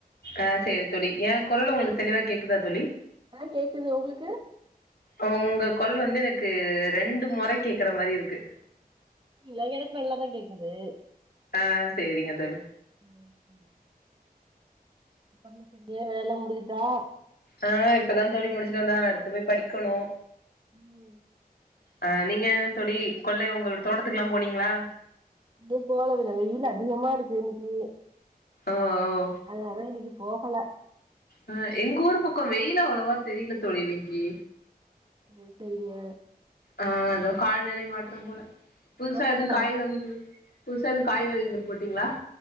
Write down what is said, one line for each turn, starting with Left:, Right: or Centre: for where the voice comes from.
Left: ஆ சேரி தோழி ஏ குரல் உங்களுக்கு தெளிவா கேக்குதா தோழி
Right: ஆ கேக்குது உங்களுக்கு
Left: உங்க கொரல் வந்து எனக்கு ரெண்டு மொற கேக்குற மாரி இருக்கு
Right: இல்ல எனக்கு நல்லா தா கேக்குது
Left: ஆ சேரிங்க தோழி
Right: <inaudible> இப்ப உள்ள சண்டே வேல முடிஞ்சுதா
Left: ஆ இப்பதான் தோழி முடிச்சுட்டு வந்தே அடுத்து போய் படிக்கணு
Right: இன்னு
Left: அ நீங்க தோழி கொள்ளைய உங்களோட தோட்டத்துக்குல்லா போனீங்களா
Right: இன்னு போல கொஞ்ச வெயில் அதிகமா இருக்கு இன்னிக்கி
Left: ஆ ஆ
Right: அதனால இன்னிக்கு போகல
Left: அ எங்க ஊரு பக்கொ வெயில் அவ்வளவா தெரியில தோழி இன்னைக்கு
Right: ம் சரிங்க
Left: ஆ ஏதோ கால்நிலை மாற்றம் போல புதுசா
Right: ஆமாங்கக்கா
Left: எதுவு காய் வகைகள் புதுசா எதுவு காய் வெதைகள் போட்டீங்களா